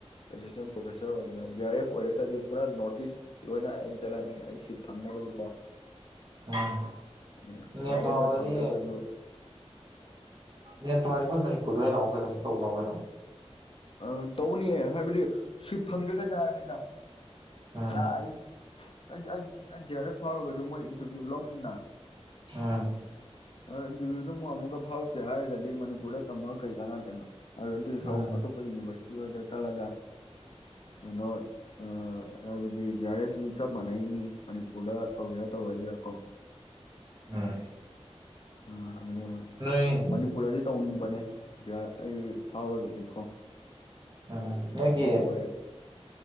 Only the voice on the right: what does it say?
ꯎꯝ
ꯅꯦꯠ
ꯐꯥꯎꯔꯗꯤ
ꯅꯦꯠ ꯐꯥꯎꯔꯗꯤ ꯑꯩꯈꯣꯏ ꯃꯅꯤꯄꯨꯔꯗ ꯑꯣꯏꯅ ꯂꯥꯛꯑꯣ ꯀꯩꯅꯣ ꯁꯤ ꯇꯧ ꯂꯥꯛꯑꯣ ꯀꯩꯅꯣ
ꯎꯝ
ꯎꯝ
ꯎꯝ
ꯎꯨꯝ
ꯅꯣꯏ
ꯎꯝ ꯅꯣꯏꯒꯤ